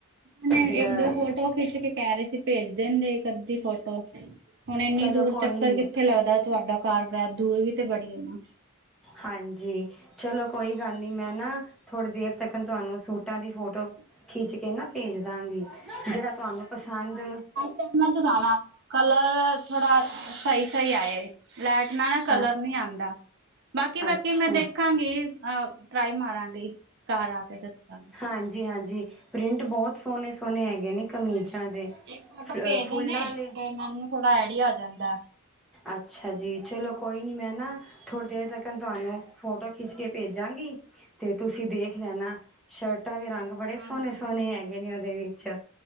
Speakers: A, on the right; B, in the centre.
A: ਉਹਨੇ
B: ਜਿਹੜਾ
A: ਇੱਕ-ਦੋ ਫੋਟੋ ਖਿੱਚ ਕੇ ਕਹਿ ਰਹੇ ਸੀ ਭੇਜ ਦੇਦੇ ਇੱਕ -ਅੱਧੀ ਫੋਟੋ। ਹੁਣ ਏਨੀ
B: ਚਲੋ
A: ਦੂਰ
B: ਕੋਈ
A: ਚੱਕਰ
B: ਨੀ
A: ਕਿੱਥੇ ਲੱਗਦਾ, ਤੁਹਾਡਾ ਘਰ ਬਾਰ ਦੂਰ ਵੀ ਤੇ ਬੜੀ ਹੈ ਨਾ।
B: ਹਾਂਜੀ। ਚਲੋ ਕੋਈ ਗੱਲ ਨੀ ਮੈਂ ਨਾ, ਥੋੜੀ ਦੇਰ ਤੱਕ ਤੁਹਾਨੂੰ ਸੂਟਾਂ ਦੀ ਫੋਟੋ, ਖਿੱਚ ਕੇ ਨਾ ਭੇਜ ਦਾਂਗੀ, ਜਿਹੜਾ ਤੁਹਾਨੂੰ ਪਸੰਦ
A: ਜਾਣਾ, ਕਲਰ ਥੋੜਾ ਸਈ- ਸਈ ਆਏ। ਲੈਟ ਨਾਲ ਕਲਰ
B: ਹਾਂ
A: ਨੀ ਆਂਦਾ, ਬਾਕੀ-ਬਾਕੀ
B: ਅੱਛਾ
A: ਮੈਂ ਦੇਖ ਖਾਂਗੀਂ, ਆ ਟਰਾਈ ਮਾਰਾਂਗੀ, ਘਰ ਆ ਕੇ ਦੱਸਾਂਗੇ।
B: ਹਾਂਜੀ-ਹਾਂਜੀ ਪ੍ਰਿੰਟ ਬਹੁਤ ਸੋਹਣੇ-ਸੋਹਣੇ ਹੈਗੇ ਨੇ ਕਮੀਜ਼ਾਂ ਦੇ।
A: ਇੱਕ ਫੋਟੋ
B: ਸ
A: ਭੇਜ
B: ਫੁੱਲਾਂ
A: ਦਿੰਦੇ
B: ਆਲੇ।
A: ਫੇਰ ਮੈਨੂੰ ਥੋੜਾ ਐਡੀਆ ਹੋ ਜਾਂਦਾ।
B: ਅੱਛਾ ਜੀ, ਚਲੋ ਕੋਈ ਨਹੀਂ ਮੈਂ ਨਾ ਥੋੜ੍ਹੀ ਦੇਰ ਤਾਕਨ ਤੁਹਾਨੂੰ ਫੋਟੋ ਖਿੱਚ ਕੇ ਭੇਜਾਂਗੀ। ਤੇ ਤੁਸੀਂ ਦੇਖ ਲੈਣਾ, ਸ਼ਰਟਾਂ ਦੇ ਰੰਗ
A: ਹਾਂਜੀ
B: ਬੜੇ ਸੋਹਣੇ- ਸੋਹਣੇ ਹੈਗੇ ਨੇ ਉਦੇ ਵਿੱਚ।